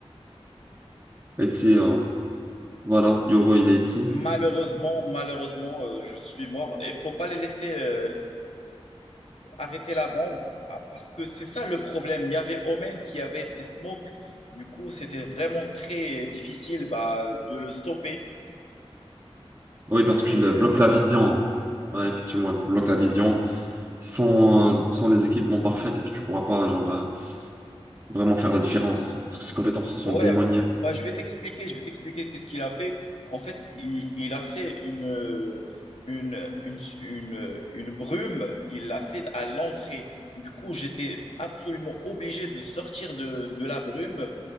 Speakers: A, on the right; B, on the left.
A: Essaie, euh, voilà, Yoro, il est ici.
B: malheureusement, malheureusement, euh, je suis mort. Il faut pas les laisser euh, arrêter la bombe ah, parce que c'est ça le problème. Il y avait Omen qui avait ses smokes. Du coup, c'était vraiment très difficile bah, de le stopper,
A: Oui, parce
B: mais c'est,
A: qu'il euh, bloque
B: c'est
A: la vision.
B: pas grave.
A: Ouais, effectivement, il bloque la vision. Sans, euh, sans les équipements parfaits, tu pourras pas genre, euh, vraiment faire la différence. Parce que ses compétences sont
B: Ouais,
A: démoniaques.
B: bah, je vais t'expliquer, je vais t'expliquer qu'est-ce qu'il a fait. En fait, il, il a fait une, euh, une, une, une, une brume, il l'a fait à l'entrée. Du coup, j'étais absolument obligé de sortir de, de la brume